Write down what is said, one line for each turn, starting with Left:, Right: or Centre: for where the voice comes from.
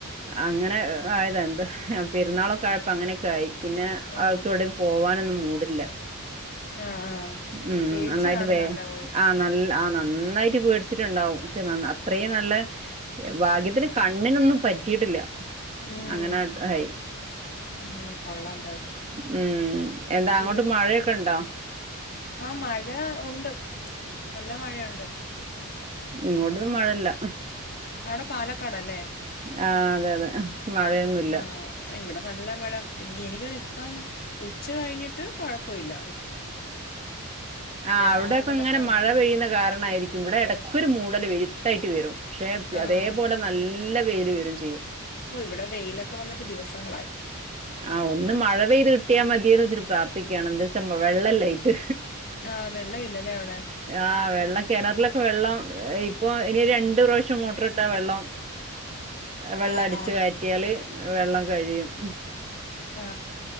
Right: അങ്ങനെ ആഹ് ആയത് എന്ത അഹ് പെരുന്നാളൊക്കെ ആഴപ്പ അങ്ങനെ ക്കായി പിന്നെ
Left: ഓ
Right: ആൾക്ക് എവിടിം പോകാനൊന്നും മൂടില്ല
Left: ആ ആ
Right: ഉം
Left: പേടിച്ചു
Right: നന്നായിട്ട്‌വേ
Left: കാണും നല്ല പോയി
Right: ആഹ് നല്ല ആഹ്‌ ന നന്നായിട്ടുപേടി ചിട്ടുണ്ടാവും പക്ഷെ നന്നാ അത്രയും നല്ല ഭാഗ്യത്തിന് കണ്ണിനൊന്നും പറ്റിയിട്ടില്ല
Left: ഉം
Right: അങ്ങനെ ഹായ്‌
Left: ഉം കൊള്ളാം എന്തായാലും
Right: ഉം എന്താ അങ്ങോട്ട്
Left: ഇവിടെ
Right: മഴയൊക്കെ ഉണ്ടോ ഉണ്ടോ
Left: ആ മഴ ഉണ്ട് നല്ല മഴയുണ്ട്
Right: ഇങ്ങോട്ട് മഴയില്ല
Left: അവിടെ പാലക്കാടല്ലേ
Right: ആഹ് അതെ അതെ മഴയൊന്നുല്ല
Left: ആ ഇവിടെ നല്ല മഴ എനിക്കൊന്നു ഇപ്പം ഉച്ച കഴിഞ്ഞിട്ട് കുഴപ്പില്ല
Right: ആ
Left: രാവിലെ
Right: അവിടോക്കെ ങ്ങനെ
Left: തൊട്ട്
Right: മഴ പെയ്യുന്ന കാരണായിരിക്കും ഇവിടെ ഇടക്കൊരു മൂടല് ഇരുട്ടായിട്ട് വരും പക്ഷെ
Left: ആഹ്
Right: അതേപോലെ നല്ല വെയില് വരും ചെയ്യും
Left: ഓ ഇവിടെ വെയിലൊക്കെ വന്നിട്ട് ദിവസങ്ങളായി
Right: ആ ഒന്ന് മഴ പെയ്ത് കിട്ടിയ മതിയന്ന് വച്ച് പ്രാർ ക്കെയാണ് ന്ത് വെള്ളല്ലയ്ട്ട്
Left: ആഹ് വെള്ളമില്ലല്ലേ അവിടെ
Right: ആഹ് വെള്ളം കിണറിലൊക്കെ വെള്ളം ഇപ്പൊ ഇനി രണ്ട് <unintelligible> ച്ച് മോട്ടറിട്ടാ വെള്ളം വെള്ളം
Left: ആഹ്
Right: അടിച്ചു
Left: ആഹ്
Right: കറ്റിയാൽ വെള്ളം കഴിയും ഉം
Left: ആ